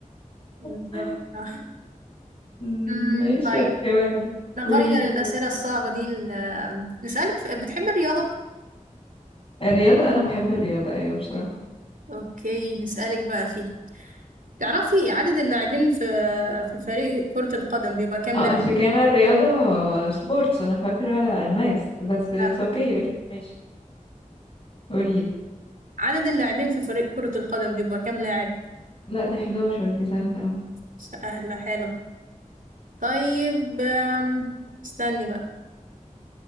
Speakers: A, on the right; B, on the left.
A: بالظبط
B: <laughs>
A: صح
B: أمم،
A: امم
B: ماشي
A: طيب
B: ثواني
A: نغير
B: قوليلي
A: الأسئلة
B: كده.
A: الصعبة دي ل- آه، نسألك في... بتحبي الرياضة؟
B: الرياضة انا بحب الرياضة ايوه بصراحة
A: أوكي نسألك بقى فيها تعرفي عدد اللاعبين في في فريق كرة القدم بيبقى كام
B: اه انت في كامل رياضة سبورتس انا فاكرة الماس بس اتس
A: لاعب؟
B: اوكي قوليلي ماشي قوليلي
A: عدد اللاعبين في فريق كرة القدم بيبقى كام لاعب؟
B: لا دي 11 دي سهلة اوي
A: سهلة حلو طيب آم، استني بقى